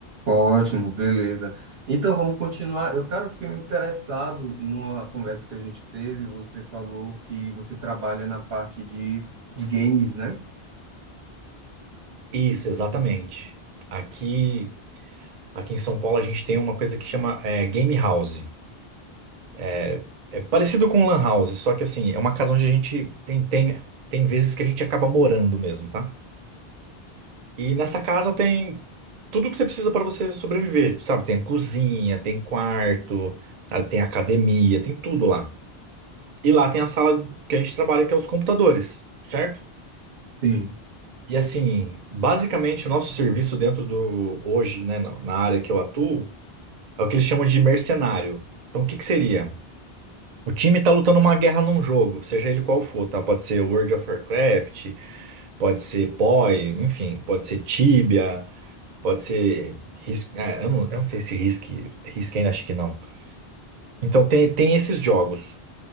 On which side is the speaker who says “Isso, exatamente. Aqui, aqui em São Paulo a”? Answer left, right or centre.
Right